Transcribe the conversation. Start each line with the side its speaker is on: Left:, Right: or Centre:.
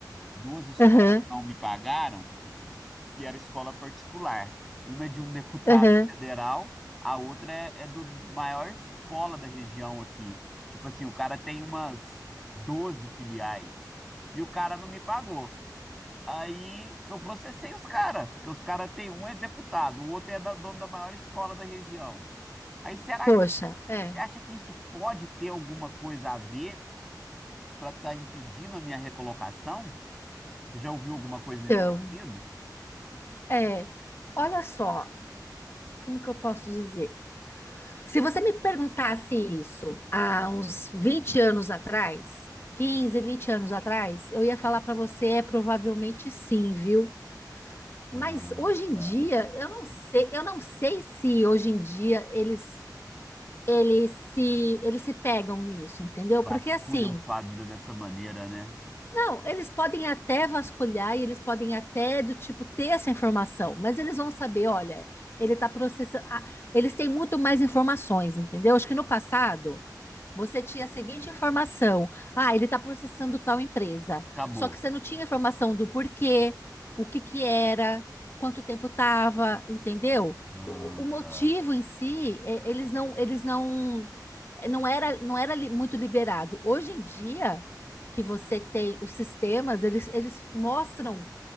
Centre: Duas escolas
Left: aham,
Centre: não me pagaram. que era escola particular. Uma é de um deputado
Left: aham.
Centre: federal, a outra é, é do maior escola da região aqui. Tipo assim, o cara tem umas 12 filiais e o cara não me pagou. Aí eu processei os caras, porque os caras tem um é deputado, o outro é da dono da maior escola da região. Aí será
Left: Poxa,
Centre: que
Left: é.
Centre: você acha que isso pode ter alguma coisa a ver para estar impedindo a minha recolocação? Você já ouviu alguma coisa nesse
Left: Então,
Centre: sentido?
Left: é, olha só, como que eu posso dizer? Se você me perguntasse isso há uns 20 anos atrás, 15, 20 anos atrás, eu ia falar para você, é provavelmente sim, viu?
Centre: Ah,
Left: Mas hoje em
Centre: tá.
Left: dia, eu não sei, eu não sei se hoje em dia eles eles se eles se pegam nisso, entendeu?
Centre: vasculham
Left: Porque assim,
Centre: sua vida dessa maneira, né?
Left: Não, eles podem até vasculhar e eles podem até do tipo ter essa informação, mas eles vão saber, olha, ele está processando. Ah, eles têm muito mais informações, entendeu? Acho que no passado você tinha a seguinte informação: ah, ele está processando tal empresa.
Centre: Acabou.
Left: Só que você não tinha informação do porquê, o que que era, quanto tempo estava, entendeu?
Centre: Ah,
Left: O, o motivo
Centre: tá.
Left: em si, eh, eles não, eles não, não era, não era li- muito liberado. Hoje em dia que você tem, os sistemas, eles, eles mostram.